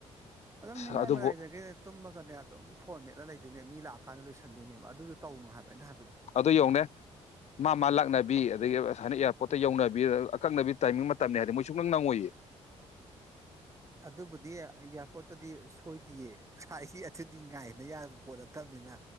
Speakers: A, on the right (about 25°); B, on the left (about 60°).
A: ꯑꯗꯨꯝ
B: ꯑꯁ
A: ꯅꯤꯡꯉꯥꯏ
B: ꯑꯗꯨꯕꯨ
A: ꯃꯔꯥꯏꯗꯒꯤꯅꯦ ꯇꯨꯝꯃꯒꯅꯦ ꯑꯗꯨꯝ ꯐꯣꯟ ꯃꯦꯠꯂ ꯂꯩꯗꯣꯏꯅꯦꯕ ꯃꯤ ꯂꯥꯛꯑꯀꯥꯟꯗ ꯂꯣꯏꯁꯟꯗꯣꯏꯅꯦꯕ ꯑꯗꯨꯗꯣ ꯇꯧꯅꯨ ꯍꯥꯏꯕ ꯑꯩꯅ ꯍꯥꯏꯕꯗꯤ
B: ꯑꯗꯨ ꯌꯣꯡꯅꯦ ꯃꯥ ꯃꯥ ꯂꯥꯛꯅꯕꯤ ꯑꯗꯒꯤ ꯑꯁꯥꯏꯅ ꯑꯦꯌꯥꯔꯄꯣꯔꯠꯇ ꯌꯧꯅꯕꯤ ꯑꯀꯛꯅꯕꯤ ꯇꯥꯏꯃꯤꯡ ꯃꯇꯝꯅꯤ ꯍꯥꯏꯗꯤ ꯃꯣꯏ ꯁꯨꯛꯅꯪ ꯅꯪꯉꯏꯌꯦ ꯍ
A: ꯑꯗꯨꯕꯨꯗꯤ ꯏꯌꯥꯔꯄꯣꯔꯠꯇꯗꯤ ꯁꯣꯏꯗꯤꯌꯦ ꯑꯟꯏꯟꯇꯦꯜꯂꯤꯖꯤꯕꯜ ꯑꯗꯨꯗꯤ ꯉꯥꯏꯅ ꯌꯥꯕ ꯄꯣꯠ ꯅꯠꯇꯕꯅꯤꯅ